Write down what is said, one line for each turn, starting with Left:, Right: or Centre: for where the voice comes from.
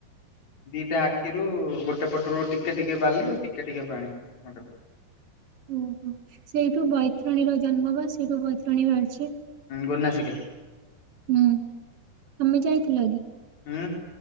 Left: ଦିଟା ଆଖିରୁ ଗୋଟେ ପଟରୁ ଟିକେ ଟିକେ ବାଲି ଆଉ ଟିକେ ଟିକେ ପାଣି ଗୋଟେ
Right: ଓହୋ ସେଇଠୁ ବୈତରଣୀ ର ଜନ୍ମ ବା ସେଇଠୁ ବୈତରଣୀ ବାହାରିଛି
Left: ଗନାସିକା
Right: ହୁଁ ତମେ ଯାଇଥିଲ କି?
Left: ହୁଁ